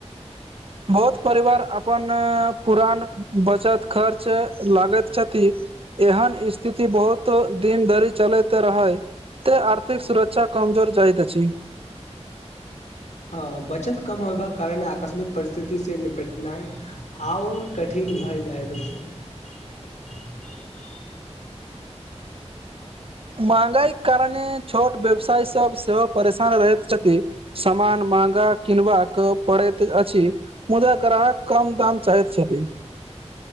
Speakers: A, on the right; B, on the left.
A: बहुत परिवार अपन पुरान बचत खर्च लागैत छथि एहन स्थिति बहुतो दिन धरि चलैत रहै ते आर्थिक सुरक्षा कामजोर जाइत अछि
B: हँ बचत कम होयबाक कारणे आकस्मिक परिस्थिति से निपटनाइ आउर कठिन भए जाईत अछि <inaudible>
A: मंहगाईक कारणे छोट व्यवसाय सब सेहो परेशान रहैत छथि सामान महंगा किनबाक पड़ैत अछि मुदा ग्राहक कम दाम चाहैत छथि